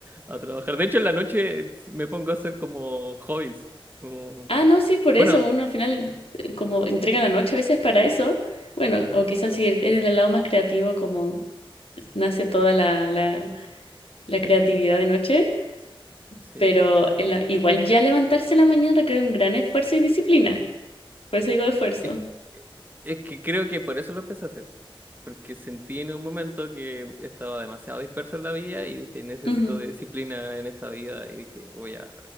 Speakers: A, on the right; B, on the left.
A: a trabajar. De hecho, en la noche me pongo a hacer como hobbies. como-
B: Ah, no, sí, por
A: Bueno,
B: eso uno al final eh, como entrega la noche a veces para eso. Bueno, o quizás
A: pero-
B: si eres del lado más creativo, como nace toda la, la, la creatividad de noche,
A: sí.
B: pero en la- igual ya levantarse en la mañana requiere un gran esfuerzo y disciplina. Por eso digo de esfuerzo.
A: Es, es que creo que por eso lo empecé a hacer, porque sentí en un momento que estaba demasiado disperso en la vida y dije, necesito
B: Ujú,
A: de disciplina en esta vida y dije, voy a